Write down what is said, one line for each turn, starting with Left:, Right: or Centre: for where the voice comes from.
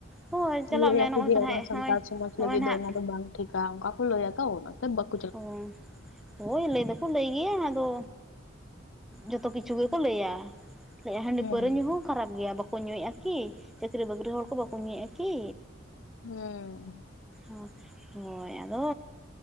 Centre: ᱦᱳᱭ ᱪᱟᱞᱟᱜ
Left: ᱞᱟᱹᱭᱟᱠᱚ
Centre: ᱢᱮ ᱱᱚᱜ-ᱚᱭ
Left: ᱡᱮ
Centre: ᱛᱚ ᱱᱟᱦᱟᱜ
Left: ᱚᱱᱟ ᱥᱟᱱᱛᱟᱲ
Centre: ᱱᱚᱜ-ᱚᱭ
Left: ᱥᱚᱢᱟᱡᱽ
Centre: ᱱᱚᱜ-ᱚᱭ
Left: ᱞᱟᱹᱜᱤᱫ
Centre: ᱱᱟᱜ,
Left: ᱫᱚ ᱚᱱᱟ ᱫᱚ ᱵᱟᱝ ᱴᱷᱤᱠᱟ ᱚᱱᱠᱟ ᱠᱚ ᱞᱟᱹᱭᱟ ᱛᱚ ᱚᱱᱟᱛᱮ ᱵᱟᱹᱠ
Centre: ᱚ ᱦᱳᱭ ᱞᱟᱹᱭ ᱫᱚᱠᱚ ᱞᱟᱹᱭ ᱜᱮᱭᱟ ᱟᱫᱚ ᱡᱚᱛᱚ ᱠᱤᱪᱷᱩ ᱜᱮᱠᱚ ᱞᱟᱹᱭᱟ, ᱞᱟᱹᱭᱟ ᱦᱟᱺᱰᱤ
Left: ᱦᱩᱸ᱾
Centre: ᱯᱟᱹᱣᱨᱟᱹ ᱧᱩᱦᱚᱸ ᱠᱷᱟᱨᱟᱯ ᱜᱮᱭᱟ ᱵᱟᱠᱚ ᱧᱩᱭᱮᱜ-ᱟ ᱠᱤ ᱪᱟᱹᱠᱨᱤ ᱵᱟᱹᱠᱨᱤ ᱦᱚᱲ ᱠᱚ ᱵᱟᱠᱚ ᱧᱩᱭᱮᱫ-ᱟ ᱠᱤ?
Left: ᱦᱮᱸ
Centre: ᱦᱳᱭ ᱦᱚᱭ ᱟᱫᱚ